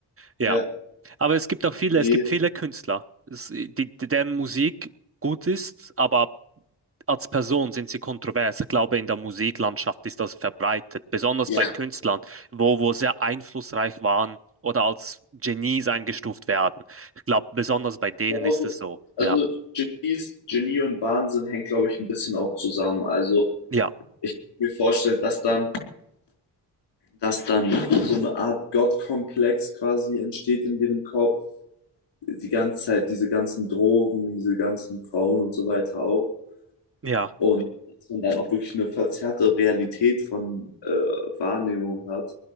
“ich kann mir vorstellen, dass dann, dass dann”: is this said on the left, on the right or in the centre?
Left